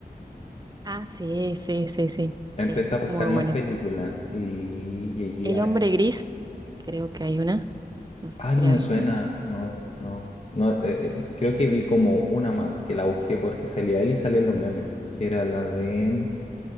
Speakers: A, on the right; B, on the left.
A: Ah, sí, sí, sí, sí. Sí,
B: Empecé a buscar
A: muy bueno.
B: más películas y llegué
A: El
B: a,
A: hombre gris, creo que hay una. No sé
B: Ay,
A: si
B: no
A: la
B: me
A: viste.
B: suena. No, no. No, eh, eh, creo que vi como una más que la busqué porque salía él y salían los memes. Que era la de